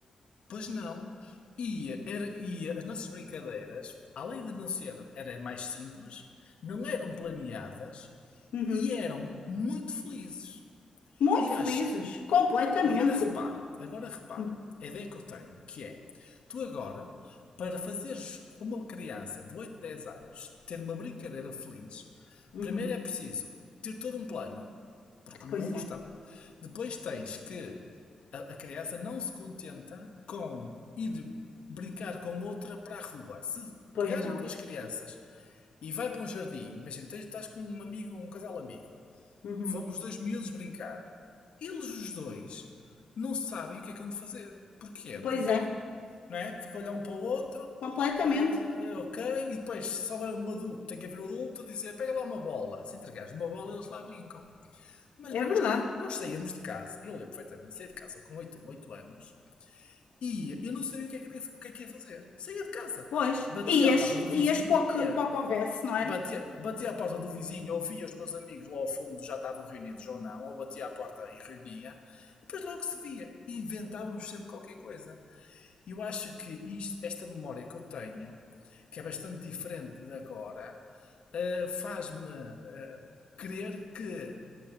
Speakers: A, on the left; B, on the left.
A: Pois não. E, era, e as nossas brincadeiras, além de não ser, era mais simples, não eram planeadas
B: Uhum.
A: e eram muito felizes.
B: Muito
A: E eu
B: felizes,
A: acho
B: completamente.
A: Agora repara, agora repara,
B: Uhum.
A: a ideia que eu tenho, que é, tu agora, para fazeres uma criança de 8, 10 anos ter uma brincadeira feliz,
B: Uhum.
A: primeiro é preciso ter todo um plano, porque o
B: Pois
A: mundo
B: é,
A: está. Depois tens que a, a criança não se contenta com ir brincar com outra para a rua. Se
B: pois
A: pegarem
B: não.
A: duas crianças e vai para um jardim, imagina, tens, estás com um amigo, um casal amigo,
B: Uhum.
A: Vão os dois miúdos brincar. Eles, os dois, não sabem o que é que hão de fazer. Porquê? Porque
B: Pois é,
A: não. Não é? Fica a olhar um para o outro,
B: completamente.
A: ah, ok, e depois, se houver um adulto, tem que haver um adulto a dizer: pega lá uma bola. Se entregares uma bola, eles lá brincam. Mas
B: É
A: nós
B: verdade.
A: não. Nós saímos de casa. Eu lembro perfeitamente, saí de casa com oito, oito anos e eu não sabia o que, é que, o que é que ia fazer. Saía de casa,
B: Pois,
A: batia
B: ias,
A: à porta do vizinho
B: ias para
A: e
B: o que,
A: ia.
B: para o que houvesse, não era?
A: Bati, bati à porta do vizinho, ouvia os meus amigos lá ao fundo, já estavam reunidos ou não, ou batia à porta e reunia, e depois logo se via, e inventávamos sempre qualquer coisa. Eu acho que isto- esta memória que eu tenho, que é bastante diferente de agora, eh, faz-me eh, crer que